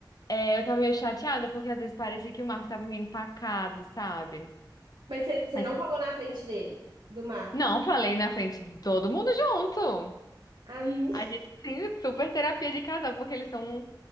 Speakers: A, on the left; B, on the right.
A: é, eu tava meio chateada, porque às vezes parecia que o Marcos tava meio empacado, sabe?
B: Mas você você
A: Mas,
B: não falou na frente dele, do Marcos.
A: não, falei na frente de todo mundo junto.
B: A minha.
A: A gente, sim, super terapia de casal, porque eles são uns